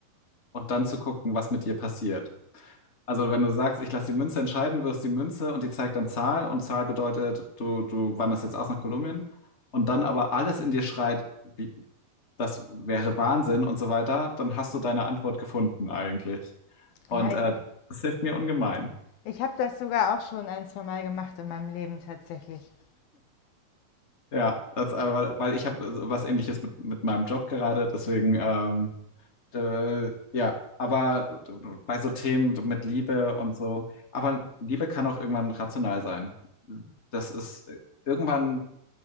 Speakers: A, on the left (about 20°); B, on the left (about 75°).
A: und dann zu gucken, was mit dir passiert. Also wenn du sagst, ich lasse die Münze entscheiden, wirfst die Münze und die zeigt dann Zahl und Zahl bedeutet, du, du wanderst jetzt aus nach Kolumbien und dann aber alles in dir schreit, wie, das wäre Wahnsinn und so weiter, dann hast du deine Antwort gefunden eigentlich. Und
B: Ja, ich,
A: äh, das hilft mir ungemein.
B: Ich habe das sogar auch schon ein, zwei Mal gemacht in meinem Leben tatsächlich.
A: Ja, das, aber, weil ich habe äh, so was Ähnliches mit, mit meinem Job gerade, deswegen, ähm, äh, ja, aber bei so Themen mit Liebe und so, aber Liebe kann auch irgendwann rational sein. Das ist äh, irgendwann,